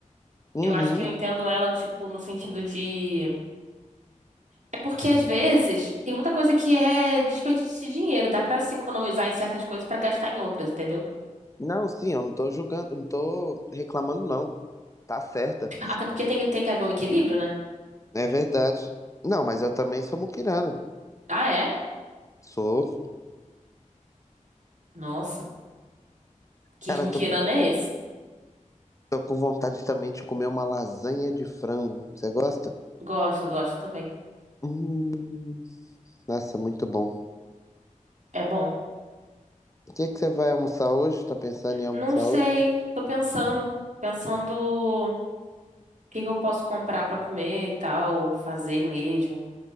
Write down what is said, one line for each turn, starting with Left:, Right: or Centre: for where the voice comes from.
Left: Uhum.
Right: Eu acho que eu entendo ela, tipo, no sentido de. É porque às vezes tem muita coisa que é desperdício de dinheiro, dá pra se economizar em certas coisas pra gastar em outras, entendeu?
Left: Não, sim, eu não tô julgando, não tô reclamando, não. Tá certa.
Right: Até porque tem, tem que haver um equilíbrio, né?
Left: É verdade. Não, mas eu também sou muquirana.
Right: Ah, é?
Left: Sou.
Right: Nossa, que
Left: Cara,
Right: esmuquirana
Left: tô,
Right: é esse?
Left: tô com vontade também de comer uma lasanha de frango. Você gosta?
Right: Gosto, gosto também.
Left: Hum, nossa, muito bom.
Right: É bom.
Left: O que que você vai almoçar hoje? Tá pensando em almoçar
Right: Não sei,
Left: hoje?
Right: tô pensando, pensando o que que eu posso comprar pra comer e tal, ou fazer mesmo.